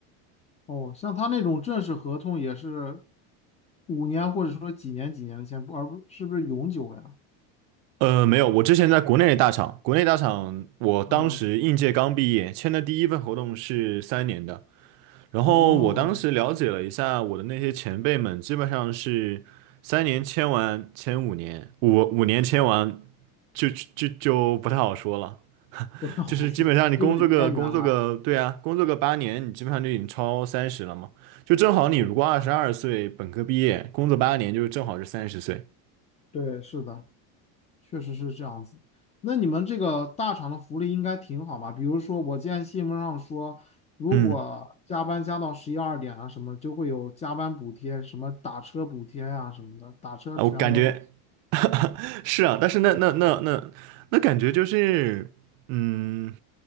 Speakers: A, on the left; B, on the right.
A: 哦，像他那种正式合同也是五年或者说几年几年的签，不而不是不是永久呀？
B: 呃，没有，我之前在国内的大厂，国内大厂我当时应届刚毕业，
A: 啊，
B: 签的第一份合同是三年的。然后我当时了解了一下，
A: 哦，
B: 我的那些前辈们基本上是三年签完，签五年，五五年签完就就就不太好说了。
A: <laughs> 不太好说，
B: 就是基本上你工作个工作个，
A: 就被边缘了。
B: 对啊，工作个八年，你基本上就已经超三十了嘛。就正好你如果二十二岁本科毕业，
A: 哦，
B: 工作八年，就是正好是三十岁。
A: 对，是的。确实是这样子。那你们这个大厂的福利应该挺好吧？比如说，我见新闻上说，如果加班加到十一二点啊什么，
B: 嗯，
A: 就会有加班补贴，什么打车补贴啊什么的，打车全额报
B: 啊，我感觉 <laughs> 是啊，但是那那那那那感觉就是，嗯，